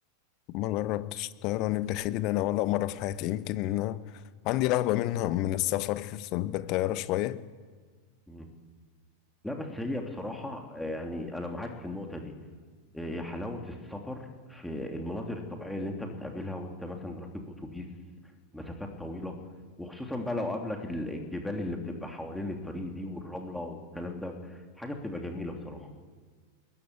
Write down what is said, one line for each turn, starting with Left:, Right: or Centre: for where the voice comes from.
Left: ما جربتش الطيران الداخلي ده انا ولا مرة في حياتي يمكن آه، عندي رهبة منها من السفر في- بالطيارة شوية
Centre: مم. لا بس هي بصراحه آه، يعني انا معاك في النقطه دي آه، هي حلاوه السفر في المناظر الطبيعيه اللي انت بتقابلها وانت مثلا راكب اتوبيس مسافات طويله وخصوصا بقى لو قابلك ال- الجبال اللي بتبقى حوالين الطريق دي والرمله والكلام ده حاجه بتبقى جميله بصراحه